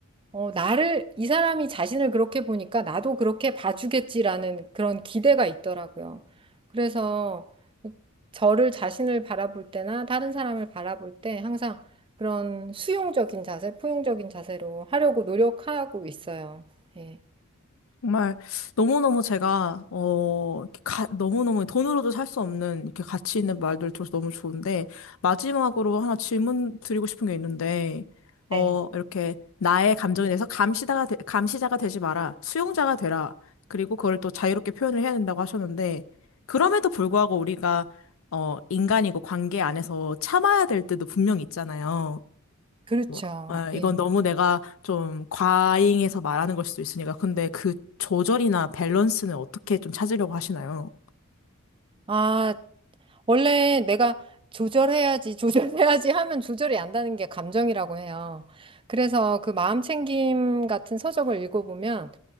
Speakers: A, on the right (about 25°); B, on the left (about 65°).
A: 어, 나를, 이 사람이 자신을 그렇게 보니까 나도 그렇게 봐주겠지라는 그런 기대가 있더라고요. 그래서 저를 자신을 바라볼 때나 다른 사람을 바라볼 때 항상 그런 수용적인 자세, 포용적인 자세로 하려고 노력하고 있어요. 예.
B: 정말 너무너무 제가 어 이렇게 가, 너무너무 돈으로도 살 수 없는 이렇게 가치 있는 말들 을 들어서 너무 좋은데 마지막으로 하나 질문 드리고 싶은 게 있는데 어
A: 네.
B: 이렇게 나의 감정에 대해서 감시자가 되, 감시자가 되지 마라 수용자가 되라 그리고 그걸 또 자유롭게 표현을 해야 된다고 하셨는데 그럼에도 불구하고 우리가 어 인간이고 관계 안에서 참아야 될 때도 분명히 있잖아요.
A: 그렇죠.
B: 뭐, 아, 이건
A: 예.
B: 너무 내가 좀 과잉해서 말하는 걸 수도 있으니까. 근데 그 조절이나 밸런스는 어떻게 좀 찾으려고 하시나요?
A: 아, 원래 내가 조절해야지, <laughs> 조절해야지 하면 조절이 안 되는 게 감정이라고 해요. 그래서 그 마음챙김 같은 서적을 읽어보면